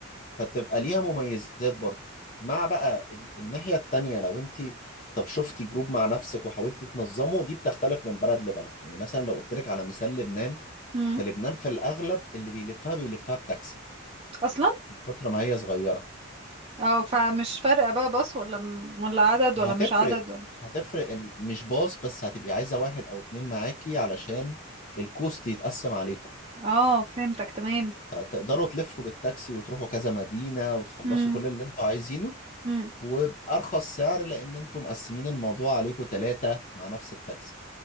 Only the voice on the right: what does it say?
امم
اصلا
اه فمش فارقة بقى باص ولا م- ولا عدد ولا
مش عدد ولا
اه فهمتك تمام
امم
امم